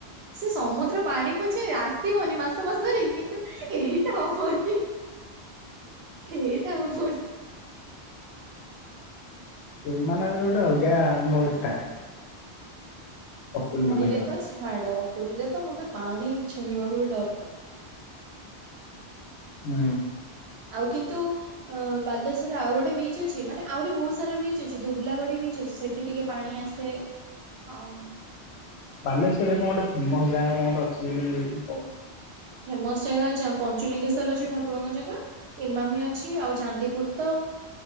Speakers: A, on the right; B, on the left.
A: ସେ ସମୁଦ୍ର ପାଣି ପୋଛେ ଆସିବନି ମାସ ମାସ ଧରିକି କିନ୍ତୁ ଏହେ ଟା ହବନି ଏଇଟା ହବନି।
B: ସେମାନଙ୍କର ଗୋଟେ ଅଲଗା ମୋଜ୍ ଥାଏ। କପିଲ
A: ପୁରୀରେ
B: ମାନଙ୍କର
A: ତ ଛାଡ ପୁରୀରେ ତ ମୋତେ ପାଣି ଛୁଇଁବାକୁ ବି ଡର ଲାଗେ।
B: ହୁଁ।
A: ଆଉ କିନ୍ତୁ ଅ ବାଲେଶ୍ଵର ରେ ଆଉ ଗୋଟେ ବିଚ୍ ଅଛି ମାନେ ଆହୁରି ବହୁତ ସାରା ବିଚ୍ ଅଛି ଦୁବଲାଗଡି ବିଚ୍ ଅଛି ସେଠି ଟିକେ ପାଣି ଆସେ ଆଉ
B: ବାଲେଶ୍ବରରେ କଣ ଗୋଟେ ଫେମସ ଜାଗା କଣ ଗୋଟେ ଅଛି ବୋଲି
A: ଫେମସ ଜାଗା ଅଛି ଆମ ପଞ୍ଚୁଲିଙ୍ଗେଶ୍ଵର ଅଛି ଠାକୁରଙ୍କ ଜାଗା। ଇମାମି ଅଛି ଆଉ ଚାନ୍ଦିପୁର ତ